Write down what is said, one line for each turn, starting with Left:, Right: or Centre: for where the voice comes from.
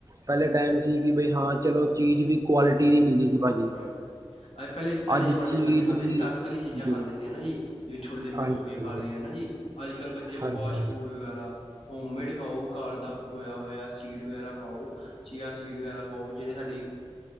Right: ਪਹਿਲੇ
Left: ਹਾਂ
Right: ਟਾਈਮ ਸੀ ਕਿ ਬਈ ਹਾਂ ਚਲੋ ਚੀਜ਼ ਵੀ ਕੁਆਲਿਟੀ ਦੀ ਮਿਲਦੀ ਸੀ ਭਾਜੀ
Left: ਹਾਂਜੀ ਪਹਿਲੇ ਪਹਿਲੇ
Right: ਅੱਜ
Left: ਜਮਾਨੇ
Right: ਚੀਜ਼
Left: ਚ ਬੰਦੇ ਖਾਂਦੇ
Right: ਵੀ
Left: ਸੀ
Right: ਜੀ,
Left: ਤਾਕਤ ਵਾਲੀ ਚੀਜ਼ਾਂ ਖਾਂਦੇ ਸੀ ਹਨਾ ਜੀ ਜਿਵੇਂ ਛੋਲੇ
Right: ਹਾਂਜੀ
Left: ਭਿਗੋ ਕੇ ਖਾ
Right: ਹਾਂਜੀ
Left: ਲਏ ਹਨਾ ਜੀ ਅੱਜ ਕੱਲ੍ਹ ਬੱਚੇ
Right: ਹਾਂਜੀ
Left: ਫਾਸਟ ਫੂਡ ਵਗੈਰਾ ਹੋਮੇਡ ਖਾਓ ਘਰ ਦਾ ਭਿਗੋਆ ਹੋਇਆ ਸੀਡ ਵਗੈਰਾ ਖਾਓ ਚੀਆ ਸੀਡ ਵਗੈਰਾ ਖਾਓ ਜਿਹੜੇ ਸਾਡੀ